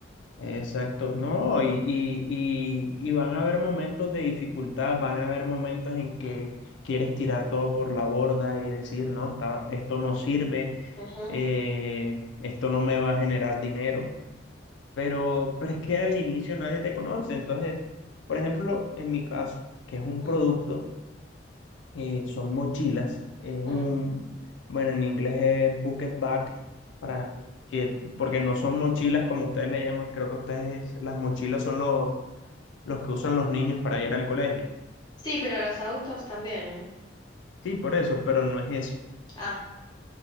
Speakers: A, on the left; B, on the left.
A: Exacto, no, y, y, y, y van a haber momentos de dificultad, van a haber momentos en que quieres tirar todo por la borda y decir, no, está, esto no sirve,
B: Ujú,
A: eh, esto no me va a generar dinero, pero, pero es que al inicio nadie te conoce, entonces, por ejemplo, en mi caso, que es un
B: mm,
A: producto eh, son mochilas. Es un,
B: mm.
A: bueno, en inglés es bucket bag, para que, porque no son mochilas como ustedes le llaman, creo que ustedes, las mochilas son los, los que usan los niños para ir al colegio.
B: Sí, pero a los adultos también, ¿eh?
A: Sí, por eso, pero no es eso.
B: Ah,